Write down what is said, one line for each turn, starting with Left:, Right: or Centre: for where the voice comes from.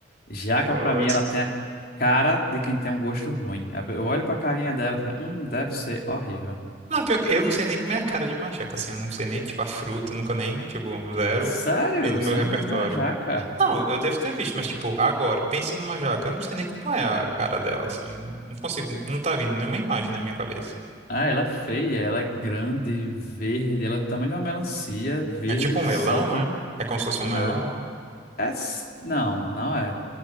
Left: Jaca,
Right: Pode.
Left: pra mim, ela tem a cara de quem tem um gosto ruim. A- pe- Eu olho pra carinha dela e falo, hum, deve ser horrível.
Right: Não, pior que eu não sei nem como é a cara de macaca, assim, eu não sei nem, tipo, a fruta, nunca nem, tipo, zero
Left: Sério?
Right: tem no meu
Left: Você
Right: repertório.
Left: nunca viu uma jaca?
Right: Não, eu devo ter visto, mas, tipo, agora, pense numa jaca, eu não sei nem como é a cara dela, assim, não consigo, não tá vindo nenhuma imagem na minha cabeça.
Left: Ah, ela é feia, ela é grande, verde, ela é do tamanho de uma melancia, verde,
Right: É tipo um
Left: só
Right: melão,
Left: que
Right: é? É como se fosse um
Left: na...
Right: melão?
Left: é s- Não, não é.